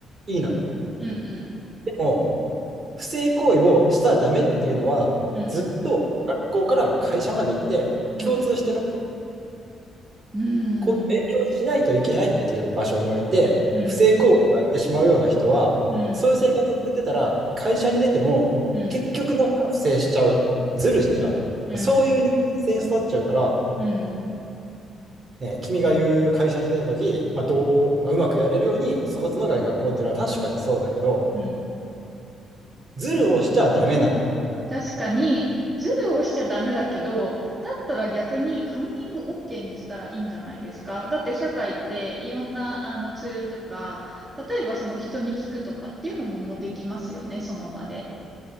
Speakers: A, on the right; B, on the right.
A: いいのよ。
B: うんうん。
A: でも、不正行為をしたらダメっていうのは、
B: うんうん。
A: ずっと学校から会社まで行って共通してる
B: うん。う
A: こういう勉強をしないといけないっていう場所において、
B: ん。うん、
A: 不正行為をやってしまうような人は、
B: うん、
A: そういう生活を送ってたら、会社に出ても、
B: うん、
A: 結局なんか不正しちゃう、ずるしちゃう、
B: うん、
A: そういう人間性に育っちゃうから、
B: うん、
A: ね、君が言う会社に出たとき、まあどうまあ、うまくやれるように育つのが学校っていうのは確かにそうだけど、
B: うん。
A: ずるをしちゃダメなの。
B: 確かに、ズルをしちゃダメだけど、だったら逆にカンニング OK にしたらいいんじゃないですかだって社会っていろんなあのツールとか、例えばその人に聞くとかっていうのももうできますよね、その場で。